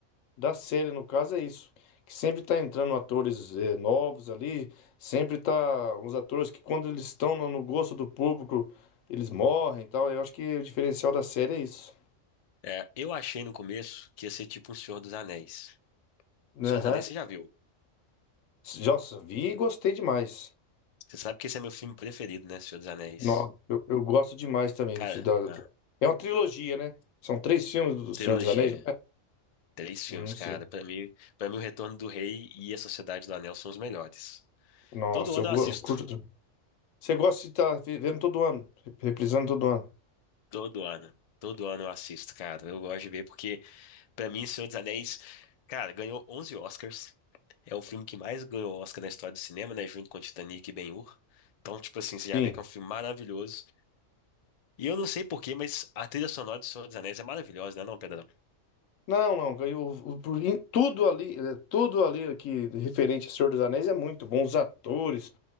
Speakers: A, on the left; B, on the left.
A: da série, no caso, é isso. Que sempre tá entrando atores eh, novos ali, sempre tá uns atores que quando eles estão no, no gosto do público, eles morrem e tal. Eu acho que o diferencial da série é isso.
B: É, eu achei no começo que ia ser tipo um Senhor dos Anéis. Senhor
A: Aham.
B: dos Anéis você já viu.
A: Nossa, vi e gostei demais.
B: Você sabe que esse é meu filme preferido, né? Senhor dos Anéis.
A: Nossa, eu, eu gosto demais também
B: Cara,
A: do Cidade
B: a
A: É uma trilogia, né? São três filmes do
B: trilogia.
A: Senhor dos Anéis, não é?
B: Três filmes,
A: Hum,
B: cara.
A: sim.
B: Pra mim, para mim, O Retorno do Rei e A Sociedade do Anel são os melhores.
A: Nossa,
B: Todo ano
A: eu, go-
B: eu assisto.
A: eu curto. de- Você gosta de estar vendo todo ano, re- reprisando todo ano.
B: Todo ano. Todo ano eu assisto, cara. Eu gosto de ver porque, pra mim, Senhor dos Anéis, cara, ganhou 11 Oscars. É o filme que mais ganhou Oscar na história do cinema, né? Junto com Titanic e Ben-Hur. Então, tipo assim,
A: Sim.
B: você já vê que é um filme maravilhoso. E eu não sei porquê, mas a trilha sonora de Senhor dos Anéis é maravilhosa, né, não, Pedrão?
A: Não, não. Eu, eu- por- em tudo ali, eh, tudo ali que referente a Senhor dos Anéis é muito bom. Os atores,